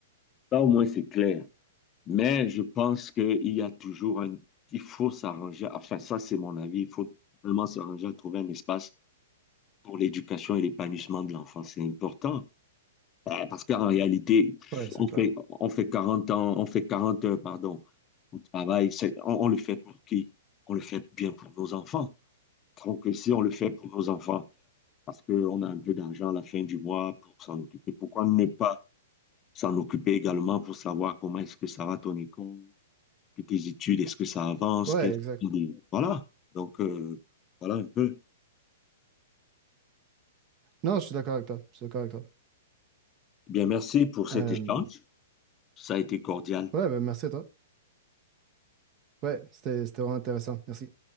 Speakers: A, on the left; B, on the right.
A: Ça au moins c'est clair. Mais je pense qu'il y a toujours un... Il faut s'arranger, enfin ça c'est mon avis, il faut vraiment s'arranger à trouver un espace pour l'éducation et l'épanouissement de l'enfant. C'est important. Euh, Parce qu'en réalité,
B: Ouais, c'est
A: on
B: clair.
A: fait, on fait 40 ans, on fait 40 heures, pardon, au travail. C'est- On, on le fait pour qui? On le fait bien pour nos enfants. Donc si on le fait pour nos enfants, parce qu'on a un peu d'argent à la fin du mois pour s'en occuper, pourquoi ne pas s'en occuper également pour savoir comment est-ce que ça va ton école? puis tes études, est-ce que ça avance?
B: Ouais,
A: Qu'est-ce
B: exact.
A: qui, Voilà. Donc, euh, voilà un peu.
B: Non, je suis d'accord avec toi. Je suis d'accord avec toi.
A: Eh bien, merci pour cet
B: Euh,
A: échange. Ça a été cordial.
B: ouais, ben, merci à toi. Ouais, c'était c'était vraiment intéressant. Merci.